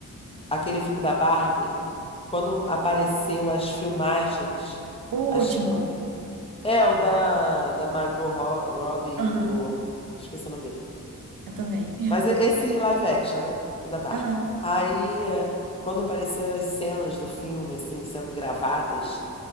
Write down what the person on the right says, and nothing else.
O
último.
Aham,
eu também.
Aham,